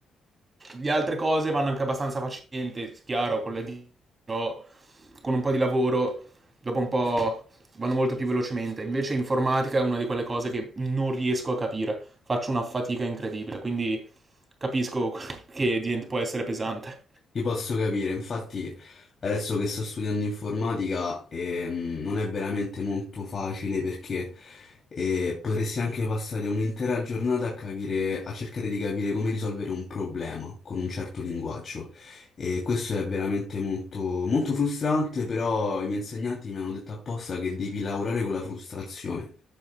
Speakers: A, on the right; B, on the left.
A: Le altre cose vanno anche abbastanza facilmente, chiaro, con le dita, però con un po' di lavoro, dopo un po' vanno molto più velocemente. Invece informatica è una di quelle cose che non riesco a capire, faccio una fatica incredibile, quindi capisco che diventa- può essere pesante.
B: Ti posso capire, infatti adesso che sto studiando informatica ehm, non è veramente molto facile perché eh, potresti anche passare un'intera giornata a capire, a cercare di capire come risolvere un problema con un certo linguaggio e questo è veramente molto, molto frustrante, però i miei insegnanti mi hanno detto apposta che devi lavorare con la frustrazione.